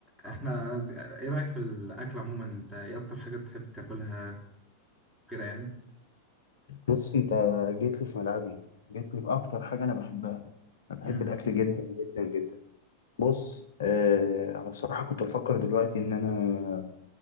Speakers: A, in the centre; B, on the left (about 60°).
A: احنا ايه رأيك في الاكل عموما انت ايه اكتر حاجة بتحب تاكلها كده يعني
B: بص انت جيت لي في ملعبي جيت لي في اكتر حاجه انا بحبها انا بحب
A: امم
B: الاكل جدا جدا جدا بص آه انا بصراحه كنت بفكر دلوقتي ان انا